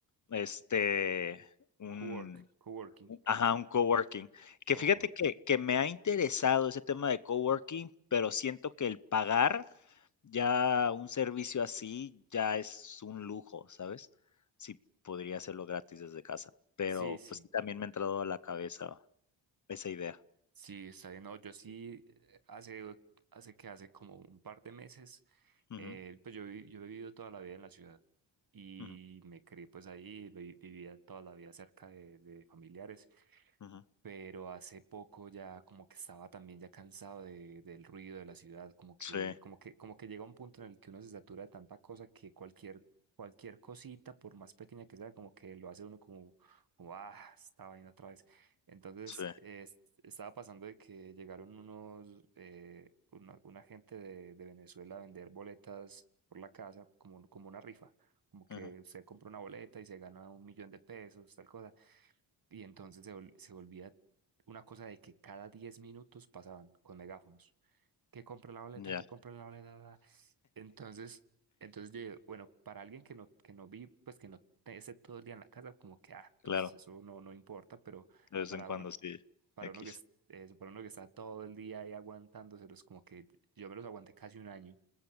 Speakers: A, on the left; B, on the right.
A: este, un
B: Cowork, coworking.
A: Ajá, un coworking. Que
B: O,
A: fíjate que que me ha interesado ese tema de coworking, pero siento que el pagar ya un servicio así ya es un lujo, ¿sabes? Sí, podría hacerlo gratis desde casa, pero,
B: sí, sí.
A: pues, sí también me ha entrado a la cabeza esa idea.
B: Sí, está bien. No, yo sí, eh, hace, hace que hace como un par de meses,
A: Ujú,
B: eh, pues yo, vi- yo he vivido toda la vida en la ciudad y
A: ujú,
B: me crié pues ahí, vi- vivía toda la vida cerca de, de familiares
A: ujú.
B: pero hace poco ya como que estaba también ya cansado de, del ruido de la ciudad, como que,
A: Sí,
B: como que, como que llega un punto en el que uno se satura de tanta cosa que cualquier, cualquier cosita, por más pequeña que sea, como que lo hace uno como, como ah, esta vaina otra vez. Entonces,
A: sí,
B: eh, es- estaba pasando de que llegaron unos, eh, una, una gente de, de Venezuela a vender boletas por la casa, como, como una rifa. Como que
A: ujú.
B: usted compra una boleta y se gana un millón de pesos, tal cosa. Y entonces se, vol- se volvía una cosa de que cada 10 minutos pasaban con megáfonos. Que compre la boleta,
A: Ya,
B: que compre la boleta. la- la". Entonces, entonces yo, digo, bueno, para alguien que no, que no vi, pues que no te- esté todo el día en la casa, como que, ah, pues
A: claro,
B: eso no, no importa, pero
A: de vez
B: para
A: en cuando
B: uno,
A: sí,
B: para
A: X.
B: uno que, es- eso, para uno que está todo el día ahí aguantándoselos, como que yo me los aguanté casi un año.